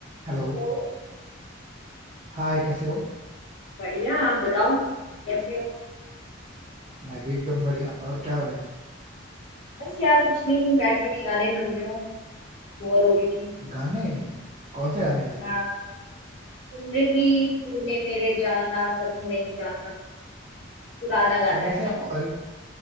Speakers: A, on the right; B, on the left.
A: Hello
B: हेलो
A: Hi कैसे हो
B: बढ़िया आप बताओ कैसे हो
A: मैं भी एकदम बढ़िया और क्या हो रहा है
B: बस यार कुछ नहीं बैठी हुई गाने सुन रही हूँ बोर हो रही थी
A: गाने कौन से गाने वैसे
B: हाँ सुन रही थी तूने मेरे जाना कभी नहीं जाना पुराना
A: अच्छा
B: गाना
A: वैसे
B: है
A: आपको अरे